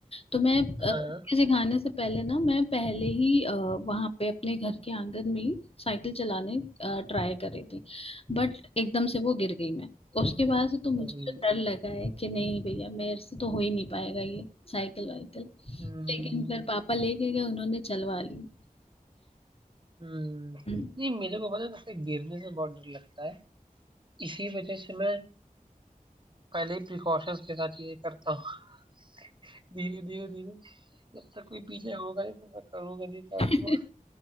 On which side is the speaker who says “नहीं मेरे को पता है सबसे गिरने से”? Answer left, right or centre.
Right